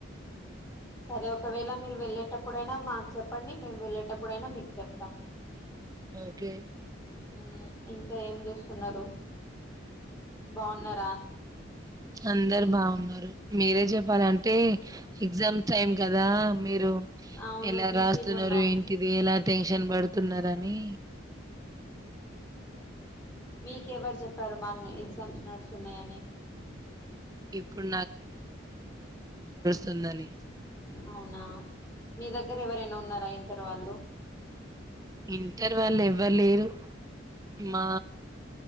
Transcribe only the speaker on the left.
సరే ఒకవేళ మీరు వెళ్ళేటప్పుడైనా మాకు చెప్పండి, మేము వెళ్ళేటప్. ప్పుడైనా మీకు చెప్తాం,
ఉమ్ ఇంకా ఏం స్. ఉన్నారు, బాన్నార్.
అవును
బిజీగా
ఉన్నాం
మీకెవరు చెప్ప. పర్మాగన్ ఎగ్జామ్స్ నడుస్తు ఉన్నాయని.
అవునా. మీ దగ్గర ఎవరైనా ఉన్నారా, ఇన్. ఇంటర్ వాళ్ళు.